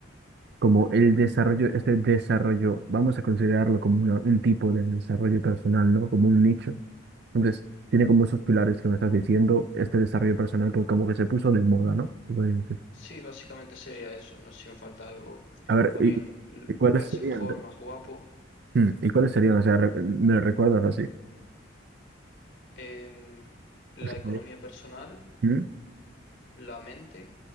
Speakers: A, on the right; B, on the left.
A: como el desarrollo, este desarrollo, vamos a considerarlo como una- un tipo de desarrollo personal, ¿no? Como un nicho. Entonces, tiene como esos pilares que me estás diciendo, este desarrollo personal que como que se puso de moda, ¿no? Se podría decir.
B: Sí, básicamente sería eso. No sé si me falta algo.
A: A ver,
B: También
A: ¿y,
B: l-
A: y cuáles
B: verse
A: serían?
B: mejor, más guapo.
A: Mm, ¿Y cuáles serían? O sea, re- me recuerdas así.
B: Em,
A: O
B: la
A: sea,
B: economía
A: sería-
B: personal,
A: mm,
B: la mente,